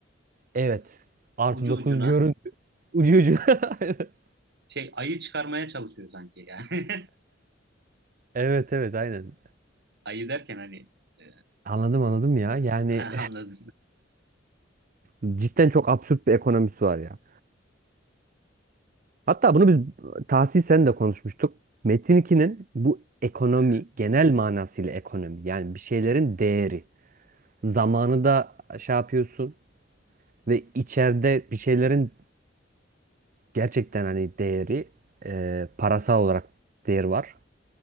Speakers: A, on the right; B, on the right.
A: Evet. Artı
B: <laughs> ucu
A: dokuz
B: ucuna
A: görün. Ucu ucuna. <laughs>
B: şey ayı çıkarmaya çalışıyor sanki yani.
A: Evet evet aynen.
B: <laughs> Ayı derken hani e,
A: Anladım anladım ya. Yani
B: anladın.
A: <sighs> cidden çok absürt bir ekonomisi var ya. Hatta bunu biz Tahsin sen de konuşmuştuk. Metin 2'nin bu ekonomi
B: <laughs>
A: genel manasıyla ekonomi yani bir şeylerin değeri. zamanı da şey yapıyorsun ve içeride bir şeylerin gerçekten hani değeri e, parasal olarak değeri var.